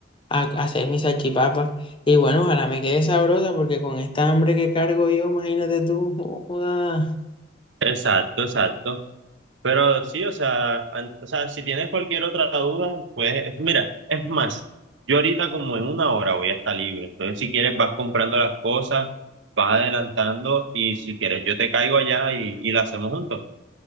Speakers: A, on the left; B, on the right.
A: a hacer mi salchipapa. Y bueno, ojalá me quede sabrosa porque con esta hambre que cargo yo, imagínate tú. joda.
B: Exacto, exacto. Pero sí, o sea, an- o sea, si tienes cualquier otra duda, pues mira, es más, yo ahorita como en una hora voy a estar libre. Entonces, si quieres, vas comprando las cosas, vas adelantando y si quieres, yo te caigo allá y, y la hacemos juntos.